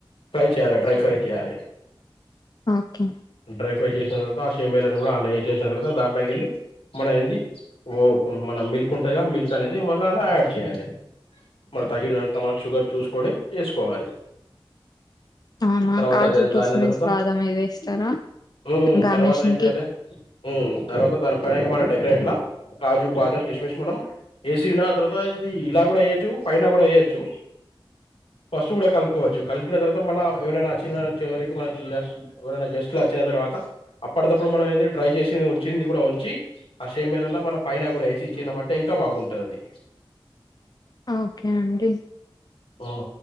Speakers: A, on the left; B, on the left.
A: ఫై చేయాల, డ్రై ఫ్రై చేయాలే,
B: ఓకే
A: డ్రై ఫ్రై చేసిన తర్వాత, ఆ సేమియాలను గూడ ఆళ్ల వేసేసిన తర్వాత, దాంట్ల కేళ్ళి మన ఏంది ఓ మన మిల్క్ ఉంటాది. ఇగ, మిల్క్ అనేది మళ్ల అల్లా యాడ్ చేయాలి. మనక్ తగినంత మనక్ షుగర్, చూసుకొని వేసుకోవాలి.
B: అవునా!
A: తర్వాత
B: కాజు,
A: అది ఎంత
B: కిస్మిస్,
A: అయిన తర్వాత
B: బాదం, అవి వేస్తారా?
A: మ్మ్,
B: గార్నిషింగ్
A: తర్వాత ఏం చేయాలే,
B: కి
A: తర్వాత దాని పైనగా డెకరేట్లా. కాజు, బాదం, కిస్మిస్ మనం. ఏసీనా ఆ తర్వాత ఇది ఇలా కూడా వేయ్యొచ్చు, పైన కూడా వేయ్యొచ్చు. ఫస్ట్ గూడ కలుపుకోవచ్చు. వచ్చిన తర్వాత మళ్ల ఎవరైనా అచ్చిన చివరికి మన ఎవరైనా గెస్ట్లు వచ్చిన తర్వాత, అప్పటిదప్పుడు మనం. డ్రై చేసింది ఉంచింది కూడా ఉంచి, ఆ సేమియాలల మనం పైన కూడా వేసి ఇచ్చినమంటే, ఇంకా బాగుంటది అది.
B: ఆ, ఓకే అండి.
A: ఆ